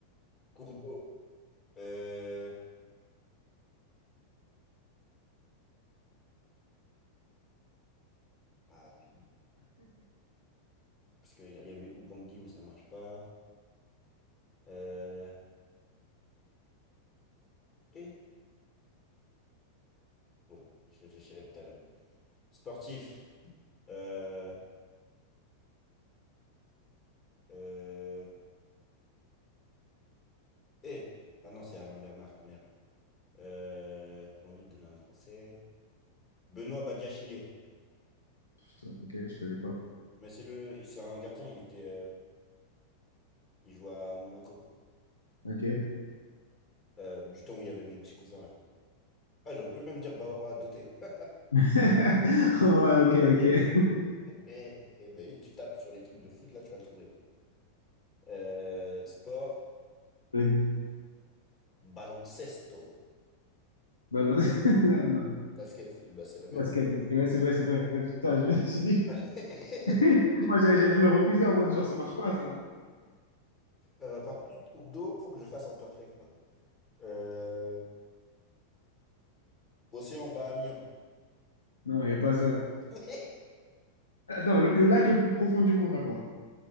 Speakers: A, on the left; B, on the left.
A: cours d'eau. Euh, Ah, putain. Parce qu'il y a- y avait Ubangui, mais ça marche pas. Euh, Et... Bon, je réfléchirai tout à l'heure. Sportif. Euh... euh, Et... Ah non, c'est Alain Bernard, merde. Euh, j'ai envie de donner un français. Benoît Badiachile.
B: Putain, ok, je connais pas.
A: Mais c'est le, c'est un gardien, il était, euh, il jouait à Monaco.
B: Ok.
A: Euh, du temps où il y avait mon petit cousin là. Ah, j'aurais pu même dire Bawara Doté. <laughs>
B: <laughs> Ouais, ok, ok.
A: Eh, eh, Bah oui, tu tapes sur les trucs de foot là, tu vas le trouver. Euh, sport,
B: <laughs>
A: baloncesto.
B: Balance. <laughs> Non, non.
A: Basket, bah c'est la même.
B: Basket, basket. Ouais, c'est vrai, c'est vrai. Ouais, putain, je me suis dit.
A: <laughs>
B: <laughs> Moi, j'allais j'allais te le refuser en mode genre, ça marche pas, ça.
A: Euh, par contre, pour d'eau, faut que je fasse un perfect là. Euh, océan Bahamien.
B: Non, il n'y a pas ça.
A: <laughs>
B: Attends, le, le lac le plus profond du monde, à part.